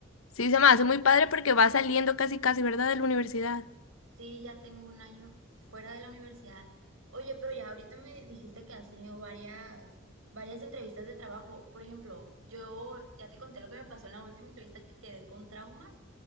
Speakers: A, on the left; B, on the right.
A: sí se me hace muy padre porque va saliendo casi casi, ¿verdad? De la universidad.
B: Sí, ya tengo un año fu- fuera de la universidad. Oye, pero ya ahorita me dijiste que has tenido varias, varias entrevistas de trabajo. Por ejemplo, yo ya te conté lo que me pasó en la última entrevista que quedé con traumas.